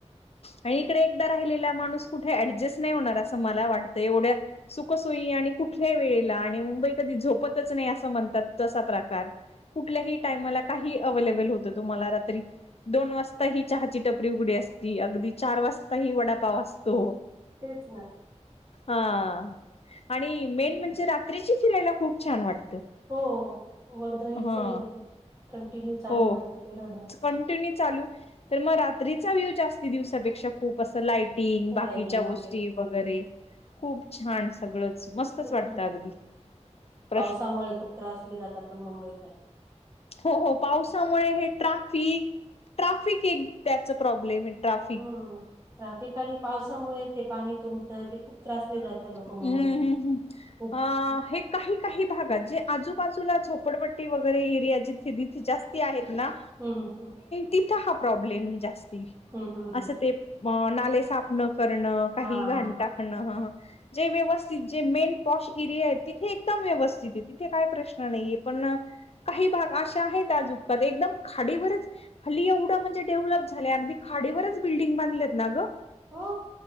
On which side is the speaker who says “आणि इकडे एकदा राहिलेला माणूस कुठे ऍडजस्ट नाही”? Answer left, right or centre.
Left